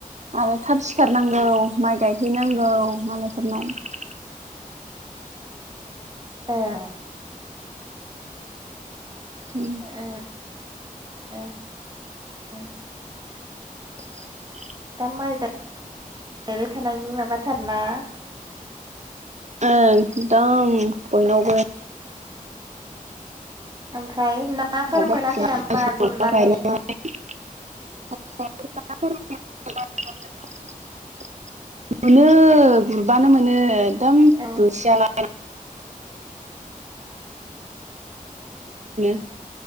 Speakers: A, on the right (about 55°); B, on the right (about 30°).
A: आरो थाब सिखारनांगौ माइ गायहैनांगौ मालायफोरनाव।
B: ए
A: उम
B: ए ए ए
A: <inaudible>
B: दा माइ गायबाय थानायनि माबाथार ना?
A: औ दा उम बयनावबो।
B: ओमफ्राय
A: <inaudible> <inaudible> मोनो
B: नाफोर मोनाखै नामा गुरनानै
A: गुरबानो मोनो एकदम
B: औ
A: बोथिया ना <inaudible>